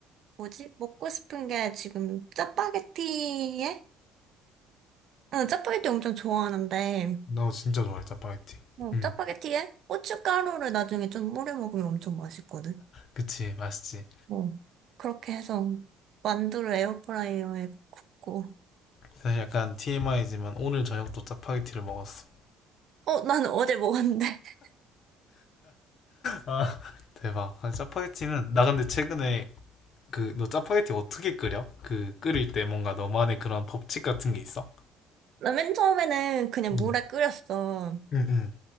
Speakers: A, on the right (about 45°); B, on the left (about 40°).
A: 뭐지? 먹고 싶은 게 지금 짜파게티에 나 짜파게티 엄청 좋아하는데,
B: 너 진짜 좋아해, 짜파게티.
A: 뭐,
B: 음,
A: 짜파게티에 고춧가루를 나중에 좀 뿌려 먹으면 엄청 맛있거든.
B: 그치, 맛있지.
A: 뭐, 그렇게 해서 만두를 에어프라이어에 굽고.
B: 사실 약간 TMI지만 오늘 저녁도 짜파게티를 먹었어.
A: 어, 나는 어제 먹었는데. <laughs>
B: 아, 대박. 아, 짜파게티는, 나 근데 최근에 그, 너 짜파게티 어떻게 끓여? 그, 끓일 때 뭔가 너만의 그런 법칙 같은 게 있어?
A: 나 맨 처음에는 그냥
B: 음,
A: 물에 끓였어.
B: 음, 음.